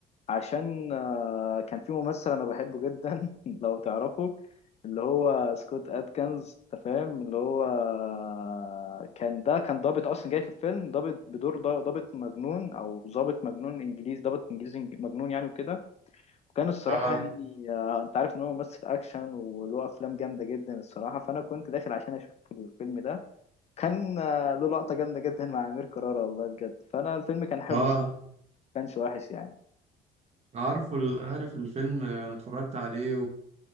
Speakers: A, on the left; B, on the right.
A: عشان آه، كان في ممثل انا بحبه جدا <laughs> لو تعرفه اللي هو سكوت اتكنز انت فاهم اللي هو آه، كان ده كان ضابط اصلا جاي في الفيلم ضابط بدور ضابط مجنون او ضابط مجنون انجليزي ضابط انجليزي مجنون يعني وكده وكان الصراحة
B: اه
A: يعني آه، انت عارف ان هو ممثل اكشن وله افلام جامدة جدا الصراحة فانا كنت داخل عشان اشوف الفيلم ده كان آه، له لقطة جامدة جدا مع امير كرارة والله بجد فانا الفيلم كان حلو
B: اه
A: الصراحة ما كانش وحش يعني
B: عارفه ال- عارف الفيلم آه، انا اتفرجت عليه